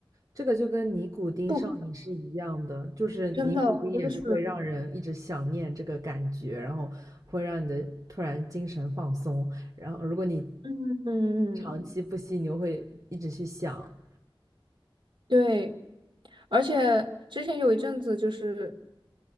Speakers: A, on the right (about 40°); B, on the right (about 60°).
A: 这个就跟尼古丁上瘾是一样的，
B: 不，
A: 就是尼古丁也是会让人一直想念这个感觉，
B: 真的，我觉得是，
A: 然后会让你的突然精神放松，然后如果你
B: 嗯嗯
A: 长期不吸，
B: 嗯，
A: 你又会一直去想，
B: 对。而且之前有一阵子就是，